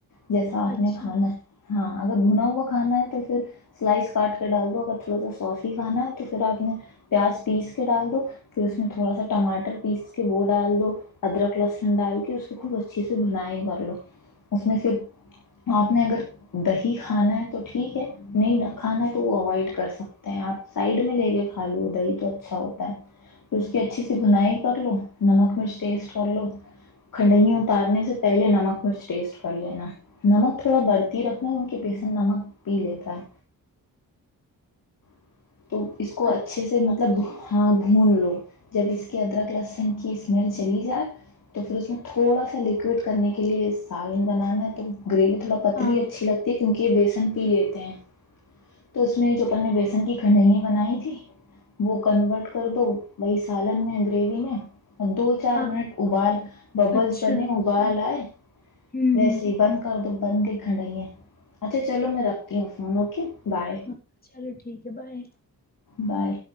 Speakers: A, on the left (about 60°); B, on the left (about 25°).
A: جیسا آپ
B: اچھا
A: نے کھانا ہے ہاں <inaudible> اگر بنا ہوا کھانا ہے تو پھر سلائس کاٹ کے ڈال دو اگر تھوڑا سا سوس ہی کھانا ہے تو رکھنے پیاز پیس ڈال دو پھر اس میں تھوڑا سا ٹماٹر پیس کے وہ ڈال دو ادرک لسن ڈال کے اس خب اچھے سے بنائی کر لو اس میں پھر آپ نے اگر دہی کھانا ہے تو ٹھیک ہے نہیں کھانا تو وہ اوائڈ کر سکتے ہیں آپ سائڈ میں لے کے کھا لو ادھر ہی تو اچھا ہوتا ہے پھر اس کی اچھی سی بنائی کر لو نمک مرچ ٹیسٹ کر لو کھڈائیاں اتارنے سے پہلے نمک مرچ ٹیسٹ کر لینا نمک تھوڑا بڑھتی رکھ ان کے بیسن نمک پی لیتا ہے - تو اس کو
B: اچھا
A: اچھے سے مطلب ہاں بھون لو جب اس کی ادرک لہسن کی اسمیل چلی جائے تو پھر اس میں تھوڑا سا لکوڈ کرنے کے لیے سالن بنانا ہے تو گریوی تھوڑا پتلی
B: ہاں
A: اچھی لگتی ہے کیونکہ یہ بی پی لیتے ہیں تو اس میں جو اپنے بیسن کی خندائیے بنائی تھی وہ کنورٹ کر دو وہی سالن میں گریوی میں دو چار
B: ہاں
A: منٹ اوبال ببلس
B: اچھا
A: بنے اوبال آئے
B: ہمم
A: ویسے ہی بند کر دو تو بن گئی کھڑھائینے اچھا چلو میں رکھتی ہوں فون اوکے بئے
B: ہمم چلو ٹھیک ہے بائے
A: بائے